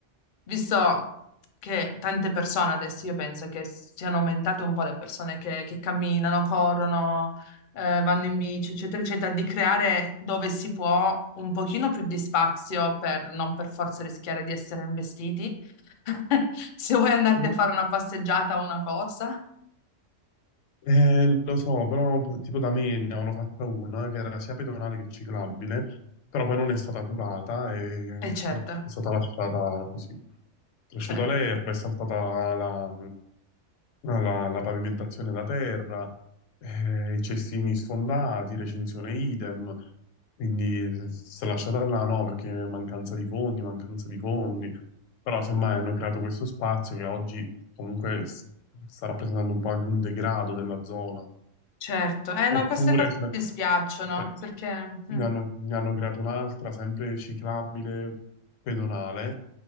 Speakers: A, on the left; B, on the left.
A: visto che tante persone adesso io penso che siano aumentate un po' le persone che, che camminano, corrono, eh, vanno in bici, eccetera, eccetera, di creare dove si può un pochino più di spazio per non per forza rischiare di essere investiti, <laughs> se vuoi andarti
B: Mm.
A: a fare una passeggiata o una corsa,
B: Eh, lo so, però p- tipo da me ne hanno fatta una che era sia pedonale che ciclabile, però poi non è stata curata e eh,
A: e certo.
B: è stata lasciata così. È Cresciuta
A: Certo,
B: l'erba, è saltata la, la- la pavimentazione da terra, eh, i cestini sfondati, recinzione idem, quindi eh, si è lasciata là no, perché mancanza di fondi, mancanza di fondi, però semmai hanno creato questo spazio che oggi comunque s- sta rappresentando un po' anche un degrado della zona.
A: certo. Eh
B: Oppure
A: no, queste cose
B: ce ne,
A: mi dispiacciono
B: eh,
A: perché
B: ne
A: mm,
B: hanno, ne hanno creato un'altra, sempre ciclabile, pedonale,